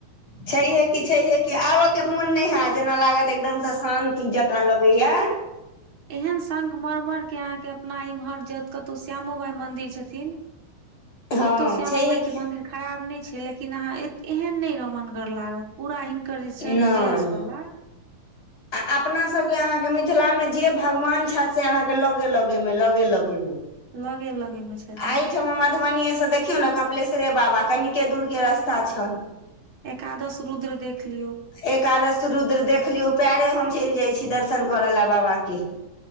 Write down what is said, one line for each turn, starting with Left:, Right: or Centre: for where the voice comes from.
Left: छैहे कि छैहे कि आबऽ केँ मोन नय हैत जेना लागत की एकदम सँ शान्ति जेकाँ लगै यऽ
Right: एहेन संखमरमर केँ अहाँकेँ अपना इमहर जै तऽ कतौ श्यामो माय मंदिर छथिन
Left: हँ
Right: ओतौ श्यामा
Left: छैहे
Right: मााय
Left: कि
Right: केँ मन्दिर खराब नय छैय लेकिन अहाँ एत एहेन नय रमनगर लागत पूरा हिनकर जे
Left: नहि
Right: छैन टेल्स वाला
Left: आ अपना सब केँ अहाँकेँ मिथिला मे जे भगवान छैथ से अहाँकेँ लगे - लगे मे लगे - लगे मे
Right: लगे - लगे मे छैथ
Left: अहिठमा मधुबनीे सँ देखियौ नऽ कपिलेश्वरे बाबा कनिके दूर केँ रस्ता छैन
Right: एकादश रुद्र देख लियौ
Left: एकादश रुद्र देख लियौ पैरे हम चैल जाय छी दर्शन करऽ लऽ बाबा केँ